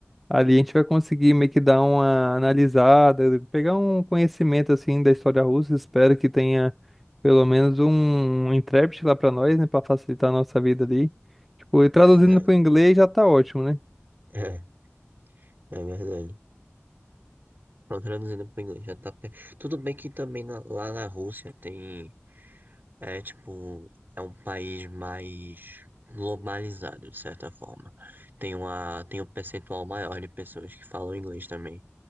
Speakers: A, in the centre; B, on the right.
A: Ali a gente vai conseguir meio que dar uma analisada, pegar um conhecimento assim da história russa. Espero que tenha pelo menos um, um intérprete lá para nós, né, para facilitar a nossa vida ali. Tipo, e traduzindo
B: É verdade.
A: para o inglês já tá ótimo, né?
B: É, é verdade. Não, traduzindo para inglês, já tá. pe- Tudo bem que também na- lá na Rússia tem. É tipo. É um país mais globalizado, de certa forma. Tem uma, tem um percentual maior de pessoas que falam inglês também.